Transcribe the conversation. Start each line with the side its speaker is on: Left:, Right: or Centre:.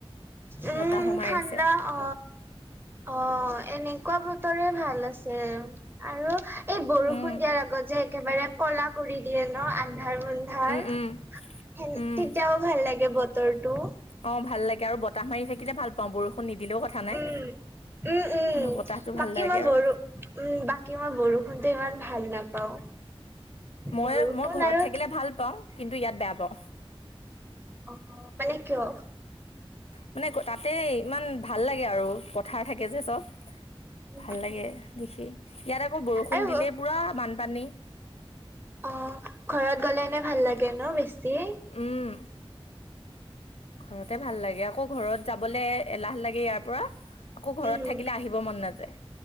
Right: উম,
Left: বতাহো মাৰিছে
Right: ঠাণ্ডা অ, অ, এনেকুৱা বতৰে ভাল আছে আৰু। এই বৰষুণ
Left: উম
Right: দিয়াৰ আগত যে একেবাৰে ক'লা কৰি দিয়ে ন আন্ধাৰ মুন্ধাৰ।
Left: উম উম
Right: সে
Left: উম
Right: তেতিয়াও ভাল লাগে বতৰটো।
Left: অ, ভাল লাগে আৰু বাতাহ মাৰি থাকিলে ভাল পাও বৰষুণ নিদিলেও কথা। নাই
Right: উম। উম উম
Left: কিন্তু বতাহতটো
Right: বাকী
Left: ভাল লাগে
Right: মই বৰো
Left: আৰু।
Right: উম, বাকী মই বৰষুণটো ইমান ভাল নাপাওঁ।
Left: মই
Right: বৰষুণ
Left: মই ঘৰত
Right: আৰু
Left: থাকিলে ভাল পাওঁ কিন্তু ইয়াত বেয়া পাওঁ।
Right: অ, মানে কিয়?
Left: মানে তাতে ইমান ভাল লাগে আৰু পথাৰ থাকে যে চব।
Right: উম
Left: ভাল লাগে দেখি ইয়াত আকৌ বৰষুণ
Right: আৰু
Left: দিলেই পুৰা বানপানী।
Right: অ, ঘৰত গ'লে এনে ভাল লাগে ন বেছি।
Left: উম, ঘৰতে ভাল লাগে আকৌ ঘৰত যাবলৈ এলাহ লাগে ইয়াৰ পৰা। আকৌ ঘৰত
Right: উম
Left: থাকিলে আহিব মন নাযায়।